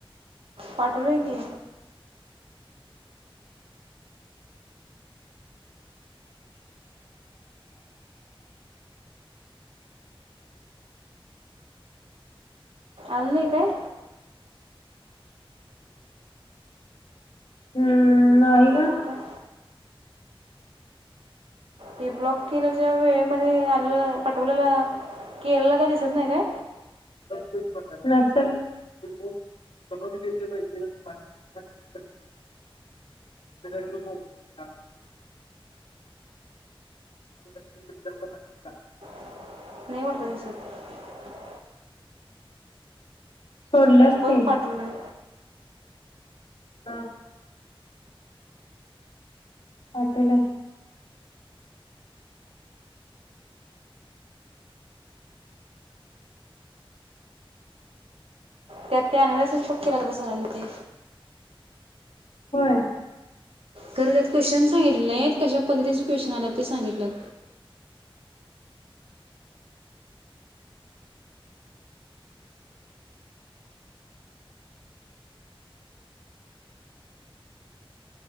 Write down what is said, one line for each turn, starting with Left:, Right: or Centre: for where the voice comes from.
Right: पाठवलंय की, आल नाही काय
Left: <inaudible> हम्म नाही
Right: आता
Left: ग
Right: बगु काय? ते ब्लॉक केल्याच्या वेळेमध्ये आले पाठवलेल केलेल काय दिसत नाय काय?
Left: <unintelligible> <unintelligible>
Right: <inaudible>
Left: सोडल्यास
Right: बघ
Left: की
Right: पाठवलंय
Left: हा पाठवलाय-
Right: त्यात ते अनलासेस पक केल्यात बघ चालते.
Left: होय.
Right: खर त्यात क्वेशचन सांगितले आहेय कशा पद्धतीचे क्वेशचन आल्यात ते सांगितलंय.